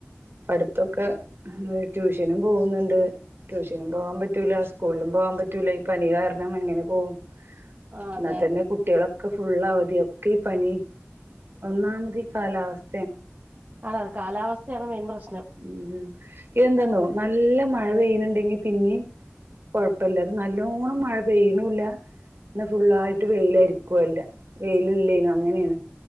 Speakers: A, on the right; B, on the right.
A: പടുത്തൊക്കെ ട്യൂഷനും പോകുന്നുണ്ട് ട്യൂഷനും പോകാൻ പറ്റൂല്ല സ്കൂളിലും പോകാൻ പറ്റൂല്ല ഈ പനി കാരണം എങ്ങനെ പോകും
B: ആഹ്
A: എന്നാൽത്തന്നെ
B: അതെ
A: കുട്ടികളൊക്കെ ഫുള് അവധിയ ഒക്കെ ഈ പനി ഒന്നാമത് കാലാവസ്
B: അതാ കാലാവസ്ഥയാണ് മെയിൻ പ്രശ്നം
A: ഉം ഇതെന്താന്നോ നല്ല മഴ പെയ്യുന്നുണ്ടെങ്കിൽ പിന്നീ കൊ പ്പല്ലാ നല്ലോണ്ണം മഴ പെയ്യണില്ല എന്ന ഫുള്ളായിട്ട് പെയിലായിരിക്കും ക്കുല്ല വെയില് ഇല്ലേനും അങ്ങനെയാണ്